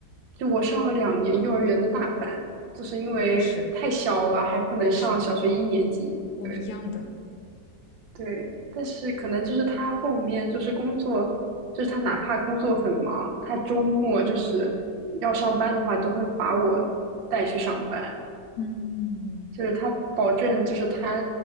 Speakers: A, on the right (about 85°); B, on the left (about 75°).
A: 就我上了两年幼儿园的大班，就是因为太小了还不能上小学一年级。
B: 我也是，我也是，我们一样的。
A: 对对，但是可能就是她后面就是工作，就是她哪怕工作很忙，她周末就是要上班的话，都会把我带去上班。
B: 嗯
A: 就是他保证，就是他